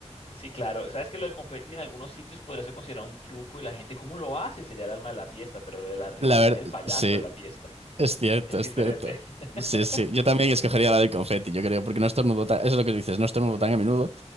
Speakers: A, on the left (about 60°); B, on the right (about 60°).
A: Sí, claro. Sabes que lo del confeti en algunos sitios podría ser considerado un truco y la gente, ¿cómo lo hace? Sería el alma de la fiesta, pero lo de la risa
B: La verdad,
A: sería el payaso
B: sí.
A: de la fiesta.
B: Es cierto,
A: Es
B: es
A: diferente.
B: cierto.
A: <laughs>
B: Sí, sí. Yo también escogería la del confeti, yo creo, porque no estornudo tan... Eso es lo que dices, no estornudo tan a menudo